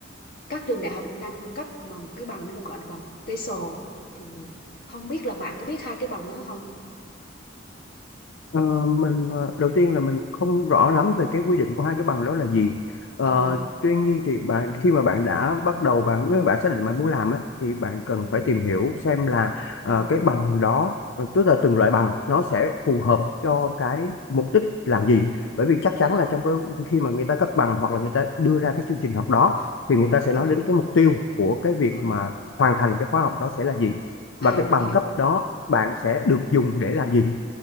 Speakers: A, on the left; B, on the left.
A: các trường đại học Việt Nam cung cấp mà một cái bằng nó gọi là bằng TESOL thì không biết là bạn có biết hai cái bằng đó không
B: Ờ, mình ờ, đầu tiên là mình không rõ lắm về cái quy định của hai cái bằng đó là gì. Ờ,
A: à
B: tuy nhiên thì bạn khi mà bạn đã bắt đầu bạn nếu bạn xác định bạn muốn làm á, thì bạn cần
A: ừ
B: phải tìm hiểu xem là
A: ừ
B: ờ, cái bằng đó ờ, tức là từng loại bằng nó sẽ phù hợp cho cái mục đích làm gì. Bởi vì chắc chắn
A: à
B: là trong cái khi mà người ta cấp bằng hoặc là người ta đưa ra cái chương trình học đó thì người ta sẽ
A: ừ
B: nói đến cái mục
A: ừ
B: tiêu của cái việc
A: ừ
B: mà hoàn thành cái khóa học đó sẽ là gì
A: à
B: và cái
A: mình
B: bằng
A: hiểu
B: cấp
A: rồi
B: đó bạn sẽ được dùng để làm gì